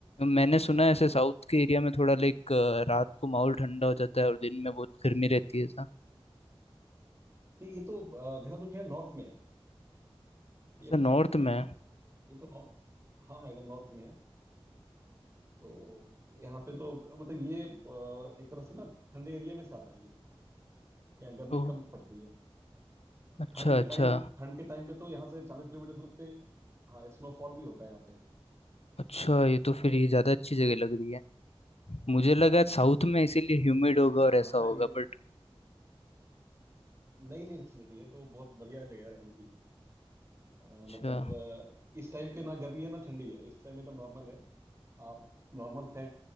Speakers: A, on the left (about 80°); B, on the right (about 25°).
A: मैंने सुना है ऐसे साउथ के एरिया में
B: तो
A: थोड़ा लाइक रात को माहौल ठंडा हो जाता है और दिन में बहुत गर्मी रहती है ऐसा
B: नहीं ये तो अ, देहरादून जो है नॉर्थ में है
A: अच्छा
B: ये
A: नॉर्थ
B: उत्तराखंड में है
A: में
B: ना ये तो नॉर्थ हाँ हाँ एकदम नॉर्थ में है तो यहाँ पे तो मतलब ये अ, एक तरह से ना ठंडे एरिया में से आता है यहाँ गर्मी
A: ओ
B: कम पड़ती है
A: अच्छा
B: ठंड के
A: अच्छा
B: टाइम ठंड के टाइम पे तो यहाँ से चालीस किलोमीटर दूर पे हाँ स्नोफॉल भी होता है यहाँ पे
A: अच्छा ये तो फिर ये ज़्यादा अच्छी जगह लग रही है मुझे लगा साउथ में इसीलिए ह्यूमिड होगा और
B: हाँ
A: ऐसा
B: हाँ
A: होगा
B: ये
A: बट
B: नहीं नहीं नहीं नहीं ये तो बहुत बढ़िया जगह है रहने की अ,
A: अच्छा
B: मतलब अ, इस टाइम पे ना गर्मी है ना ठंडी है इस टाइम एकदम नॉर्मल है आप नॉर्मल फैन